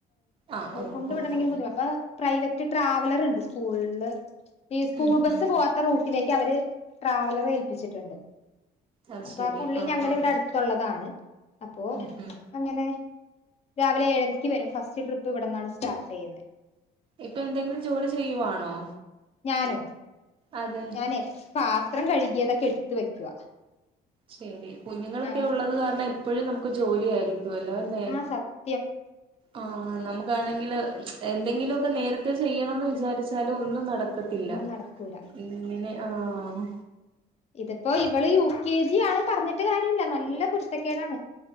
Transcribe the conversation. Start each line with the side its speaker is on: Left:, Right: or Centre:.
Right: ആഹ് ഓ
Left: കൊണ്ടു
Right: ഓ
Left: വിടണമെങ്കിൽ
Right: ഓ
Left: മുതി അപ്പൊ പ്രൈവറ്റ് മറ്റ ട്രാവലർ ഉണ്ട് സ്കൂളില് സ്കൂൾ
Right: ഉം
Left: ബസ്
Right: ഉം
Left: റൂട്ടിലേക്ക് അവര് ട്രാവലർ ഏൽപ്പിച്ചിട്ടുണ്ട്
Right: അത്
Left: അപ്പൊ
Right: ശരി
Left: ആ പുള്ളി
Right: ആഹ്
Left: ഞങ്ങളുടെ
Right: ആഹ്
Left: ഇവിടെ അടുത്തുള്ളതാണ് അപ്പൊ
Right: ഉം ഉം
Left: അങ്ങനെ രാവിലെ ഏഴരക്ക് വരും ഫസ്റ്റ് ട്രിപ്പ് ഇപ്പ ഇവിടന്നാണ് സ്റ്റാർട്ട് ചെയ്യുന്നത്
Right: ഇപ്പൊ എന്തെങ്കിലും ജോലി ചെയ്യുവാണോ
Left: ഞാനോ
Right: അതെ
Left: ഞാനേ പാത്രം കഴുകിയതൊക്കെ എടുത്ത് വെക്കുവാ
Right: ശരി കുഞ്ഞുങ്ങളൊക്കെ
Left: ആഹ്
Right: ഉള്ളത് കാരണം എപ്പോഴും നമ്മുക്ക് ജോലിയായിരിക്കും ഇല്ലോ അല്ലേ
Left: ആ സത്യം
Right: ആ നമ്മക്ക് എനിക്കാണെങ്കിൽ എന്തെങ്കിലുമ ഒക്കെ നേരത്തെ ചെയ്യണന്ന് വിചാരിച്ചാലും ഒന്നും നടക്കില്ല
Left: ഒന്നും
Right: ഒക്കത്തില്ല
Left: നടക്കൂല
Right: ഉ അങ്ങനെ ആഹ്
Left: ഇതിപ്പോ ഇവള് യു കെ ജി ആണ് പറഞ്ഞിട്ട് കാര്യമില്ല നല്ല കുരുത്തക്കേടാണ്